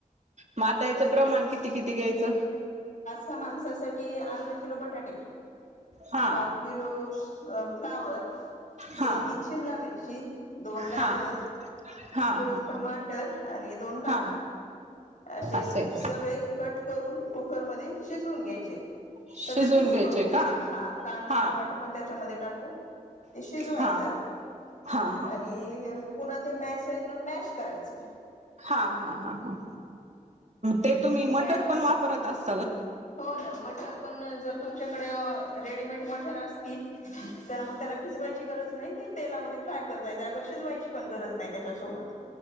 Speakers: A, on the right; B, on the left.
A: मग आता याचं
B: हे
A: प्रमाण, किती किती घ्यायचं?
B: <unintelligible> माणसासाठी, अर्धा किलो बटाटे.
A: हा
B: पाव किलो फ्लावर,
A: हा
B: दोन तीन शिमला मिरची, दोन गाजर,
A: हा हा
B: दोन
A: हा
B: टमाटर, आणि दोन कांदा.
A: हा
B: असे
A: असं आहे
B: सगळे कट करून, कुकरमध्ये शिजवून घ्यायचे.
A: शिजवून
B: सगळ मिक्स
A: घ्यायचे
B: करून,
A: का
B: हा, कांदा,
A: हा
B: टोमाॅटो पण त्याच्यामध्ये टाकू ते शिजवायचं.
A: हा हा हा
B: आणि पुन्हा ते मॅशरन मॅश करायचं.
A: हा हा हा हा. ते तुम्ही मटर
B: मॅ
A: पण वापरत अस
B: हो ना मटर पण जर तुमच्याकडे अ रेडीमेट मठर असतील, तर मग त्याला भिजवाची गरज नाही, तें तेलात मध्ये फ्राय करता येते अगर शिजवायची पण गरज नाही त्याच्यासोबत,